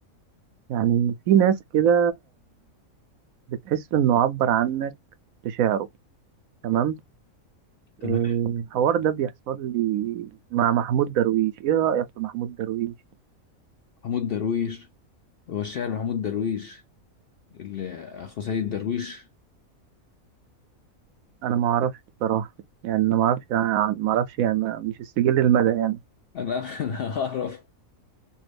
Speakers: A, on the right (about 75°); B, on the left (about 65°).
A: يعني في ناس كده بتحس انه عبر عنك في شعره تمام
B: تمام
A: إيه، الحوار ده بيحصل لي مع محمود درويش ايه رأيك في محمود درويش
B: محمود درويش هو الشاعر محمود درويش اللي اخو سيد درويش
A: انا ما اعرفش بصراحة يعني انا ما اعرفش يعني ما اعرفش يعني ما- مش السجل المدى يعني
B: انا <laughs> انا اعرف